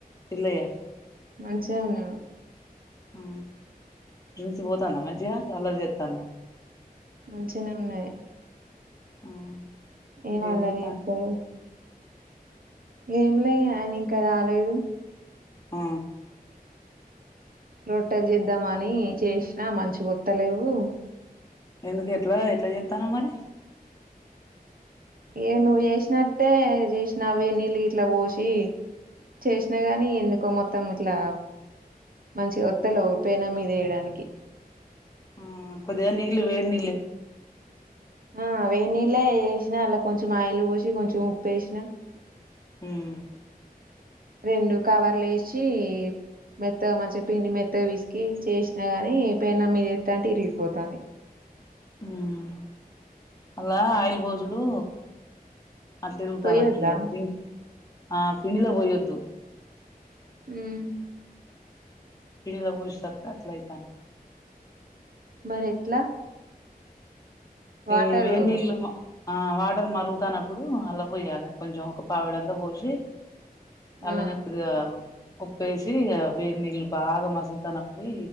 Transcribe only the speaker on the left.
పిల్లయ్య
ఆ ప్రిన్సి పోతాందా మంచిగా అల్లర్ జెత్తాందా
ఆ
ఇంకేం
చెత్తాన్లు
ఆ
ఎందుకు ఎట్లా ఎట్లా చెత్తానావ్ మరి
ఆ కొద్దిగా నీళ్లు వేడి నీళ్లు
ఉమ్
మఉమ్ అలా ఆయిల్ బోసుడు అద్ ఇరుగుతానట్టున్నది
పిం ఆ పిండిలో పోయొద్దు
పిండిలొ పోసెసరిక అట్లైతాన్ది
ఏ వేడినీళ్లు మ ఆ వాటర్ మరుగుతానప్పుడు అలా పోయ్యాలె కొంచెం ఒక పావిడంతా పోసి అలనే
కొద్దిగా ఉప్పేసి వేడి నీళ్లు బాగా మసులుతనప్పుడు